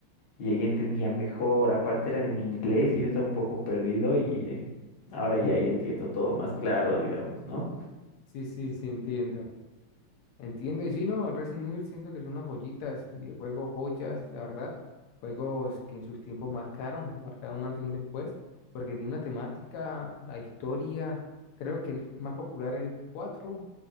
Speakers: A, on the left; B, on the left.
A: y ella entendía mejor, aparte eran en inglés y yo estaba un poco perdido y eh, ahora ya,
B: <laughs>
A: ya entiendo todo más claro, digamos, ¿no?
B: Sí, sí, sí, entiendo. Entiendo, y sí, no, Resident Evil siento que son unas joyitas, videojuegos joyas, la verdad, juegos que en sus tiempos marcaron, marcaron un antes y un después, porque tiene una temática, la historia, creo que el más popular es el 4